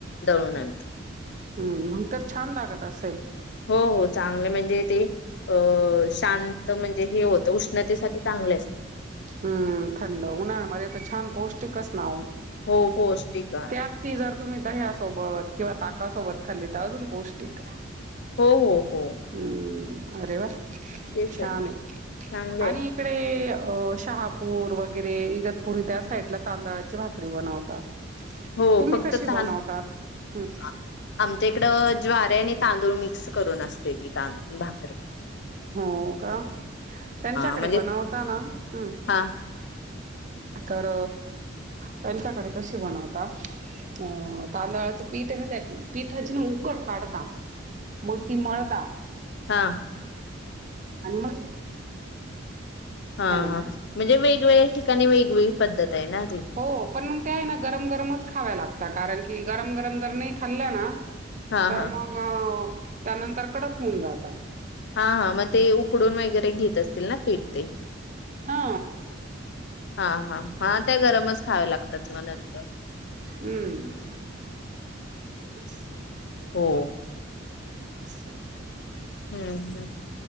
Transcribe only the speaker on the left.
दळून आणतो.
हो-हो चांगलं म्हणजे ते अ शां म्हणजे हे होतं उष्णतेसाठी चांगले असत.
हो पौष्टिक आहे.
हो हो हो.
तेच ना
चांगलं आहे
हो
फक्त
तान
आ आमच्या इकडं. ज्वारे आणि तांदूळ मिक्स करून असते ती त भाकरीे.
म्हणजे
हा
हां
हा
हा म्हणजे वेगवेगळ्या ठिकाणी वेगवेगळी पद्धत आहे ना ती.
हा
हा
हा हा मग ते उकडून वगैरे घेत असतील ना पेठ ते
हा हा हा त्या गरमच खाव्या लागतात ना नंतर
होम
हम्म हम्